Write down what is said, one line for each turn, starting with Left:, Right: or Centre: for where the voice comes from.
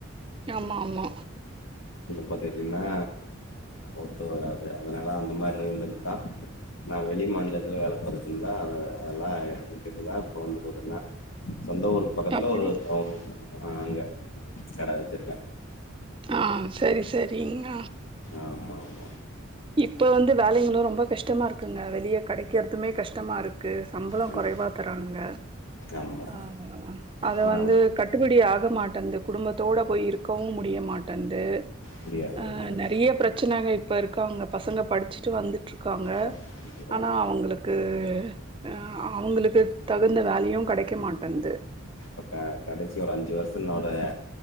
Right: ஆமா ஆமா
Left: பாத்துக்கிட்டீங்கன்னா ஒத்து வராது அதனால அந்த மாரி இருந்துட் தா நா வெளி மாநிலத்துல வேல பாத்துட்ருந்தே அ அதெல்லா எடுத்துக்கிட்டு தா இப்போ வந்து <unintelligible> சொந்த ஊரு பக்கத்தல
Right: அப்டி
Left: ஒரு டவுன்னு ஆ அங்க கட வச்சிருக்கே
Right: ஆ, செரி செரிங்க
Left: ஆமா ஆமா
Right: இப்ப வந்து வேலைங்களு ரொம்ப கஷ் டமா இருக்குங்க வெளியே கெடைக்கறதுமே கஷ்டமாருக் க்கு சம்பளோ
Left: கண்
Right: குறைவா தராங்க
Left: ஆமா
Right: ஆ அது
Left: ஆனா
Right: வந்து கட்டுபடி ஆக மாட் டந்த குடும்பத்தோட போய் இருக்கவு முடிய மாட் டந்து
Left: முடியாது
Right: அ
Left: முடியாது
Right: நெறைய பிரச்சனங்க இப்ப இருக் ப்ப அவங்க பசங்க படிச்சுட்டு வந்துட்ருக்காங்க
Left: பா கண்டிப்பா
Right: ஆனா அவங்களுக்கு ஆ அவங்களுக்கு தகுந்த வேலையு கெடைக்க மாட்டேங்து
Left: அக்கா கடைசி ஒரு அஞ்சு வருஷம்னாலு